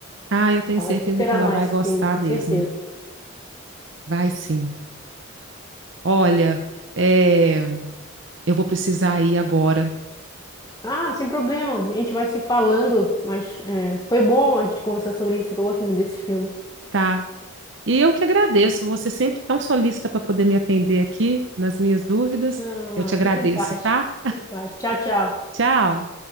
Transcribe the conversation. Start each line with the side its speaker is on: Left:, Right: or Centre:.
Right: Ah, eu tenho
Left: Ela
Right: certeza
Left: vai super
Right: que
Left: amar
Right: ela vai
Left: esse
Right: gostar
Left: filme, eu tenho
Right: mesmo.
Left: certeza.
Right: Vai sim. Olha, é, eu vou precisar ir agora,
Left: Ah, sem problema. A gente vai se falando, mas é, foi bom a gente conversar sobre isso. que Eu gosto muito desse filme.
Right: tá? E eu que agradeço, você sempre tão solícita para poder me atender aqui nas minhas dúvidas.
Left: Não,
Right: Eu te agradeço,
Left: fica em paz.
Right: tá?
Left: Fica em paz. Tchau, tchau.
Right: Tchau.